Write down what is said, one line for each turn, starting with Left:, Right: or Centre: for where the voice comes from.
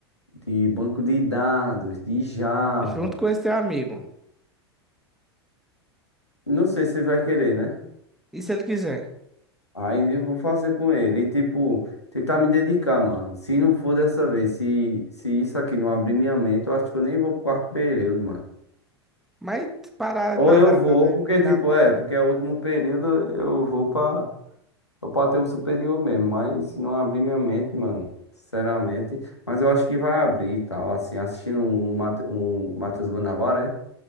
Left: de banco de dados, de Java.
Centre: Junto com esse teu amigo.
Left: Não sei se você vai querer, né?
Centre: E se ele quiser?
Left: Aí eu vou fazer com ele. E tipo, tentar me dedicar, mano. Se não for dessa vez, se, se isso aqui não abrir minha mente, eu acho que eu nem vou pro quarto período, mano.
Centre: Mas parar,
Left: Ou
Centre: nadar,
Left: eu vou,
Centre: nada
Left: porque
Centre: e morrer
Left: tipo,
Centre: na praia.
Left: é, porque é o último período, eu vou pra, eu pra ter o superior mesmo. Mas se não abrir minha mente, mano, sinceramente. Mas eu acho que vai abrir e tal, assim, assistindo um, Mate- um Matheus Guanabara,